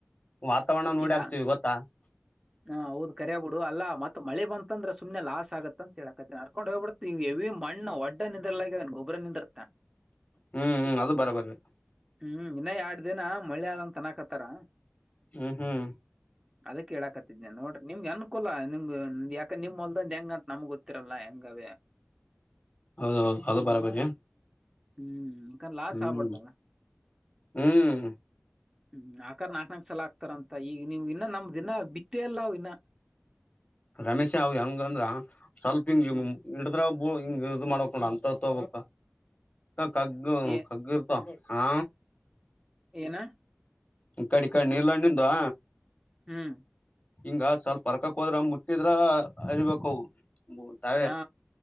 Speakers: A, on the left; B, on the right.
A: ವಾತಾವರಣ ಓಡ
B: ಈಗ
A: ಆಕ್ತಿವಿ ಗೊತ್ತಾ
B: ಹಾ ಹೌದು ಕರಯಬ ಬಿಡು ಅಲ್ಲ ಮತ್ ಮಳೆ ಬಂತಂದ್ರೆ ಸುನೆ ಲಾಸ್ ಆಗತ್ತ ಅಂತ ಹೇಳಕತ್ತಿ ಅರ್ಕೊಂಡ್ ಹೋಗಬಿ ಮಣ್ಣ ಒಡ್ಡ ನಿದ್ರಲಲ್ಲಗನ್ ಗೊಬ್ಬರನ್ರ
A: ಹ್ಮ್ ಹ್ಮ್ ಅದು ಬರ ಬರ್ರ
B: ಹ್ಮ್ ಇನ್ನ ಎರಡ್ ದಿನ ಮಳ್ಳೆ ಆದಂತ ತನಕತ್ತಾರ
A: ಹ್ಮ್ ಹ್ಮ್
B: ಅದ ಕೇಳಕತ್ತಿದ್ ನೋಡ್ರಿ ನಿಮ್ಗೆ ಅನ್ಕೂಲ ನಿಮ ಯಾಕ ನಿಮ್ಲ್ದ ಹೆಂಗ ನಮ್ ಗೊತ್ತಿರಲ್ಲ ಹೆಂಗವೇ
A: ಹೌದೌದು ಅದು
B: ಹ್ಮ್
A: ಬರಬರಿ
B: ಹ್ಮ್ಕ ಲಾಸ್
A: ಹ್ಮ್
B: ಆಗ್ಬಾರ್ದಲ್ಲ
A: ಹ್ಮ್
B: ಹ್ಮ್ ಆಕಾರ್ ನಾಕಕ್ ನಾಕಕ್ ಸಲ ಆಗ್ತಾರಂತ ಈಗ ನೀವು ಇನ್ನ ನಮ ಇನ್ನ ಬಿತ್ತಲ್ಲ ಇನ್ನ
A: ರಮೇಶ್ ಅವ್ ಹೆಂಗಂದ್ರ ಸ್ವಲ್ಪಿಂಗ
B: ಹ್ಮ್
A: ಇಡ ಅ್ರ ಒಬ್ಬ ಹಿಂಗ ಇ ಮಾಡ್ಕೊಂಡ್ ಅಂತತಬಕ್ ಕಗ್ಗ
B: ಏ
A: ಕಗ್ಗ ಇರ್ತ ಹಾ
B: ನಾ
A: ಕಡೆ ಕಡೆ ನೀಲ್ಲಣ್ಣ ನಿಂದುವ
B: ಹ್ಮ್
A: ಹಿಂಗ ಸೋಲ್ಪರ್ಕಕ್ ಹೋದ್ರ ಮು ಹಿದ್ರ ಅರಿಬೇಕ ತಾವೇ
B: ಹಾ